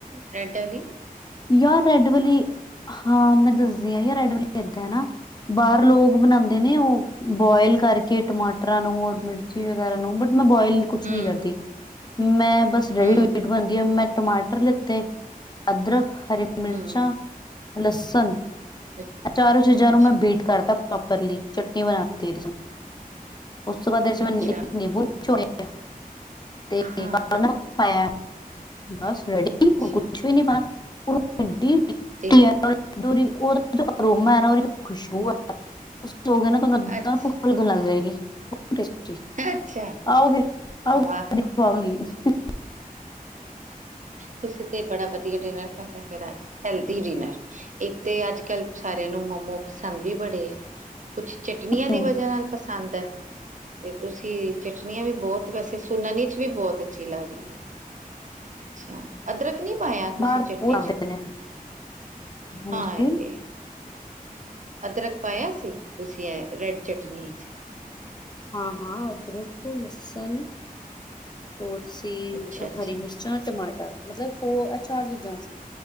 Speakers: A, on the right; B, on the left.
A: ਰੈੱਡ ਆਲੀ।
B: ਯਾਰ ਰੈਡ ਵਾਲੀ ਹਾਂ ਮੈਂ ਦੱਸਦੀ ਆ ਯਾਰ ਰੈਡ ਵਾਲੀ ਏਦਾਂ ਨਾ। ਬਾਰ ਲੋਕ ਬਣਾਂਦੇ ਨੇ ਓ। ਬੋਇਲ ਕਰਕੇ ਟਮਾਟਰਾਂ ਨੂੰ ਔਰ ਮਿਰਚੀ ਵਗੈਰਾ ਨੂੰ ਬਟ ਮੈਂ ਬੋਇਲ ਕੁਛ
A: ਹਮ
B: ਨੀ ਕਰਦੀ ਮੈਂ ਬਸ ਰੈਡ
A: ਹਮ
B: ਟਮੈਟੋ ਪਾਂਦੀ ਆ ਮੈਂ। ਟਮਾਟਰ ਲਿੱਤੇ, ਅਦਰਕ, ਹਰੀ ਮਿਰਚਾਂ,
A: ਹਮ
B: ਲਸਣ।
A: ਅ
B: ਚਾਰੋਂ ਚੀਜ਼ਾਂ
A: ਅੱਛਾ
B: ਨੂੰ ਮੈਂ ਬੀਟ ਕਰਤਾ ਪ੍ਰੋਪਰਲੀ ਚਟਨੀ ਬਣਾਤੀ ਉਸ ਤੋਂ ਬਾਅਦ ਏ ਚ ਮੈਂ
A: ਅੱਛਾ
B: ਨਿੰੰਬੂ <unintelligible>
A: ਹਾਂ
B: ਪਾਇਆ ਬਸ ਰੈਡੀ
A: ਅੱਛਾ
B: ਔਰ ਕੁਛ ਵੀ ਨੀ, <unintelligible>
A: ਤੇ
B: ਅਰੋਮਾ ਨਾ ਉਹਦੀ ਜੋ ਖੁਸ਼ਬੂ ਐ। <inaudible> ਪੁੱਖ
A: ਅੱਛ
B: ਲੱਗਣ ਲੱਗ ਜਾਏਗੀ। <inaudible>
A: ਅੱਛਾ
B: ਆਓਗੇ
A: ਵਾਹ
B: ਆਓਗੇ <inaudible>
A: ਤੁਸੀਂ ਤੇ ਬੜਾ ਵਧੀਆ ਡਿਨਰ ਖਾਂਦੇ ਫਿਰ ਅੱਜ ਹੈਲਦੀ ਡਿਨਰ। ਇਕ ਤੇ ਅੱਜ ਕੱਲ੍ਹ ਸਾਰਿਆਂ ਨੂੰ ਮੋਮੋ ਪਸੰਦ ਵੀ ਬੜੇ ਐ। ਕੁਛ ਚਟਨੀਆਂ ਦੀ
B: ਹਮ,
A: ਵਜ੍ਹਾ ਨਾਲ ਪਸੰਦ ਐ। ਤੇ ਤੁਸੀਂ ਚਟਨੀਆਂ ਵੀ ਬੋਤ ਵੈਸੇ ਸੁਨਣ 'ਚ ਵੀ ਬੋਤ ਅੱਛੀ ਲੱਗ ਰਹੀ ਐ। ਅੱਛਾ ਅਦਰਕ ਨੀ ਪਾਇਆ ਤੁਸੀਂ
B: ਬਾਹਰ
A: ਚਟਨੀ
B: ਤਾਂ ਬਹੁਤ ਆਉਂਦੇ
A: 'ਚ।
B: ਨੇ ਹਾਂਜੀ
A: ਪਾਇਆ ਤੇ ਐ। ਅਦਰਕ ਪਾਇਆ ਸੀ ਤੁਸੀਂ ਐ ਰੈਡ ਚਟਨੀਆਂ 'ਚ।
B: ਹਾਂ -ਹਾਂ ਅਦਰਕ, ਲਸਨ। ਹੋਰ ਅਸੀ
A: ਅੱਛਾ ਅੱਛਾ
B: ਹਰੀ ਮਿਰਚਾਂ, ਟਮਾਟਰ ਮਤਲਬ ਫੋਰ ਐ ਚਾਰ ਚੀਜ਼ਾਂ ਸੀ।